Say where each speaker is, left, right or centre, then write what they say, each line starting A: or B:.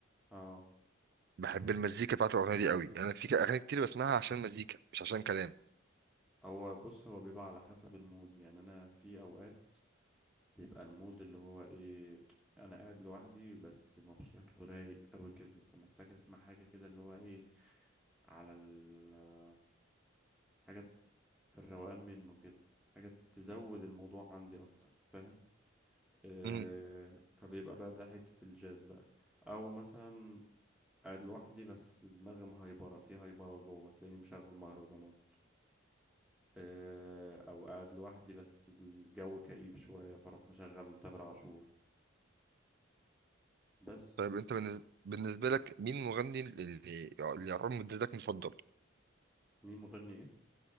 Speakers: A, in the centre; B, on the right.
A: اه
B: بحب المزيكا بتاعت الاغنيه دي قوي يعني انا في اغاني كتير بسمعها عشان مزيكا مش عشان كلام
A: هو بص هو بيبقى على حسب المود يعني انا في اوقات بيبقى المود اللي هو ايه انا قاعد لوحدي بس مبسوط ورايق قوي كده فمحتاج اسمع حاجه كده اللي هو ايه على ال... حاجه في الروقان منه كده حاجه تزود الموضوع عندي اكتر فاهم آه
B: امم
A: فبيبقى بقى ده حته الجاز بقى او مثلا قاعد لوحدي بس دماغي مهيبره في هيبره جوه تلاقيني مشغل مهرجانات آه او قاعد لوحدي بس الجو كئيب شويه فاروح مشغل تامر عاشور بس
B: طيب انت بالنسبه بالنسبة لك مين مغني اللي اللي يعتبر مدتك مفضل
A: مين مغني ايه